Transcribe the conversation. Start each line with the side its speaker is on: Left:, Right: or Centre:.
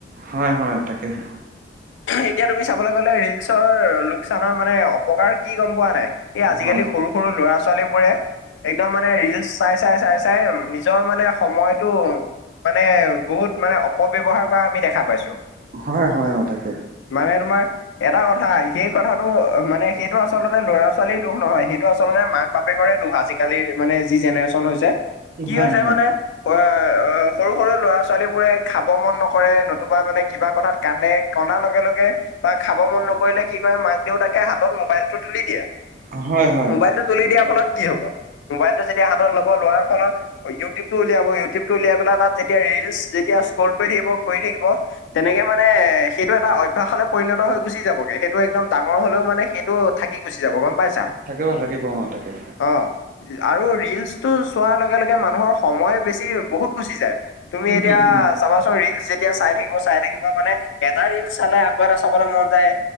Right: হয়, হয়, তাকেহে।
Left: এতিয়া তুমি চাবলৈ গ'লে ৰিলচৰ লোকচানৰ মানে অপকাৰ কি গম পোৱা নাই? এই আজিকালি
Right: হয়
Left: সৰু সৰু ল'ৰা ছোৱালী বোৰে একদম মানে ৰিলচ চাই, চাই, চাই, চাই নিজৰ মানে সময়তটো মানে বহুত মানে অপব্যবহাৰ কৰা আমি দেখা পাইছো।
Right: হয়, হয়, অ তাকে।
Left: মানে তোমাৰ এটা কথা সেই কথাটো মানে সেইটো আচলতে লৰা ছোৱালীৰ দুখ নহয়, সেইটো আচলতে মাক বাপেকৰে দোষ আজিকালি মানে যি জেনেৰেচন হৈছে। কি
Right: হয়
Left: হৈছে
Right: হয়
Left: মানে, অ সৰু সৰু ল'ৰা - ছো ছোৱালীবোৰে খাব মন নকৰে নতুবা মানে কিবা কথাত কান্দে, কন্দাৰ লগে লগে বা খাব মন নকৰিলে কি কৰে মাক - দেউতাকে হাতত মোবাইলটো তুলি দিয়ে।
Right: অ হয় হয়।
Left: মোবাইলটো তুলি দিয়াৰ ফলত কি হ'ব? মোবাইলটো যেতিয়া হাতত লব লোৱাৰ ফলত ইউটিউব টো উলিয়াব, ইউটিউব টো উলিয়াই পেলাই তাত যেতিয়া ৰিলচ যেতিয়া স্কল কৰি থাকিব, কৰি থাকিব তেনেকে মানে সেইটো এটা অভ্যাসলে পৰিণত হৈ গুচি যাবগে, সেইটো একদম ডাঙৰ হলেও মানে সেই টো থাকি গুচি যাব গম পাইছা?
Right: থাকিব থাকিব অ তাকে।
Left: অ আৰু ৰিলচটো চোৱাৰ লগে লগে মানুহৰ সময় বেছি বহুত গুচি যায়। তুমি
Right: উম
Left: এতিয়া চা
Right: উম
Left: চাবাচোন ৰিলচ যেতিয়া চাই থাকিব চাই থাকিব মানে এটা ৰিলচ চালে আকৌ এটা চাবলৈ মন যায়।